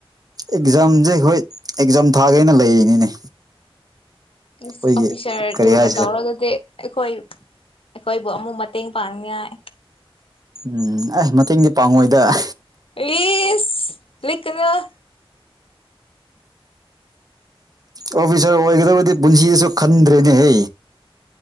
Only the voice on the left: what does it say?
ꯏꯁ
ꯑꯣꯐꯤꯁꯥꯔ
ꯊꯨꯅ
ꯇꯧꯔꯒꯗꯤ ꯑꯩꯈꯣꯏ ꯑꯩꯈꯣꯏꯕꯨ ꯑꯃꯨꯛ ꯃꯇꯦꯡ ꯄꯥꯡꯅꯤꯉꯥꯏ
ꯏꯁ ꯂꯤꯛꯀꯅꯨ